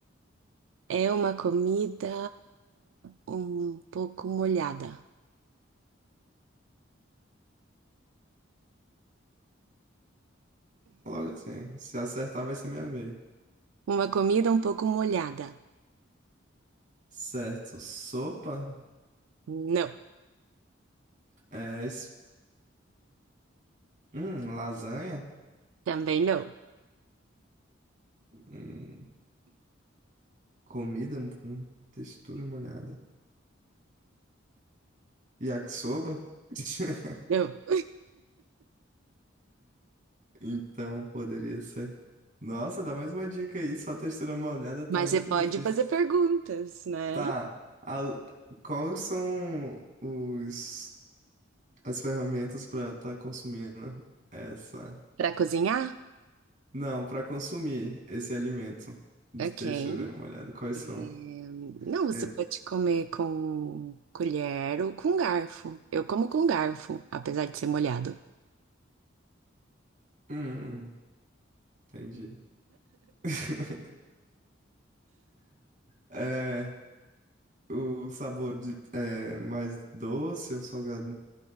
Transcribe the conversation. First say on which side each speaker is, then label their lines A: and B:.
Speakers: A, on the right (about 80°); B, on the right (about 40°).
A: É uma comida um pouco molhada.
B: Logo assim, se acertar vai ser minha vez.
A: Uma comida um pouco molhada.
B: Certo, sopa,
A: Não,
B: é, es- hum, lasanha,
A: também não.
B: hum, comida com textura molhada. Yakisoba? <laughs>
A: Não.
B: Então poderia ser. Nossa, dá mais uma dica aí, só textura molhada tá
A: Mas
B: muito
A: você pode
B: difícil.
A: fazer perguntas, né?
B: Tá, a- quais são os as ferramentas para estar consumindo essa.
A: Para cozinhar?
B: Não, para consumir esse alimento de
A: Ok.
B: textura molhada. Quais
A: É,
B: são?
A: Não, você
B: É-
A: pode comer com colher ou com garfo. Eu como com garfo, apesar de ser molhado.
B: Hum, entendi. <laughs> É, o sabor de, é mais doce ou salgado?